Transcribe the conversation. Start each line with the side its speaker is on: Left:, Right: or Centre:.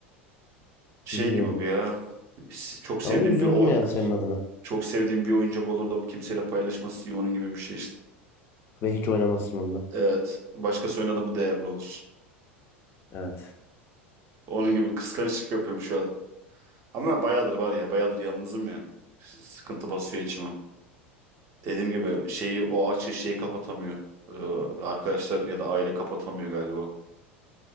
Right: Şey
Left: Bilmiyorum.
Right: gibi bu ya. Çok sevdiğim
Left: Ama üzüldüm
Right: bir o
Left: yani senin adına.
Right: çok sevdiğim bir oyuncak olur da kimseyle paylaşması iyi onun gibi bir şey işte.
Left: Ve hiç oynamazsın onunla.
Right: Evet. Başkası oynadı mı değerli olur.
Left: Evet.
Right: Onun gibi kıskançlık yapıyorum şu an. Ama bayağıdır var ya, bayağıdır yalnızım ya. Sıkıntı basıyor içime. Dediğim gibi şeyi o açı şeyi kapatamıyor. Ee, arkadaşlar ya da aile kapatamıyor galiba.